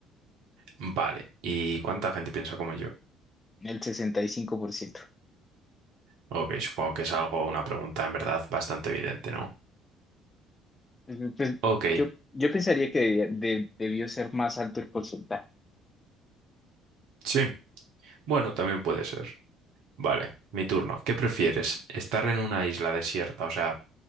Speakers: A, on the right (about 60°); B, on the left (about 25°).
A: Vale. ¿Y cuánta gente piensa como yo?
B: El 65%.
A: Ok, supongo que es algo, una pregunta en verdad bastante evidente, ¿no?
B: Pues, pues,
A: Ok,
B: yo, yo pensaría que debía- de- debió ser más alto el porcentaje.
A: sí. Bueno, también puede ser. Vale, mi turno. ¿Qué prefieres? ¿Estar en una isla desierta, o sea,